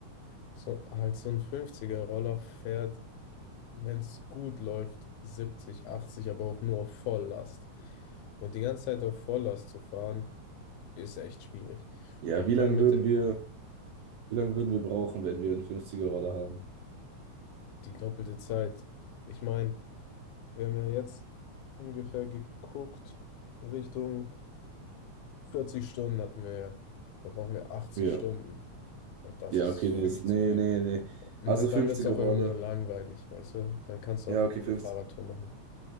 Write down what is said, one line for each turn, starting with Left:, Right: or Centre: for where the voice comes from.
Left: So, halt so ein 50er Roller fährt, wenn es gut läuft, 70, 80, aber auch nur auf Volllast. Und die ganze Zeit auf Volllast zu fahren, ist echt schwierig.
Right: Ja,
Left: Und ich
Right: wie
Left: meine,
Right: lange
Left: mit
Right: würden
Left: der,
Right: wir, wie lange würden wir brauchen, wenn wir einen 50er-Roller haben?
Left: die doppelte Zeit. Ich meine, wir haben ja jetzt ungefähr geguckt, Richtung 40 Stunden hatten wir ja. Da brauchen wir 80
Right: Ja,
Left: Stunden. Und das
Right: ja,
Left: ist,
Right: okay, nee,
Left: finde
Right: ist-
Left: ich,
Right: nee,
Left: zu viel.
Right: nee, nee.
Left: Und
Right: Also
Left: dann
Right: 50er-Roller.
Left: wird es auch irgendwann langweilig, weißt du? Dann kannst
Right: Ja,
Left: du auch lieber
Right: okay,
Left: eine
Right: 50,
Left: Fahrradtour machen.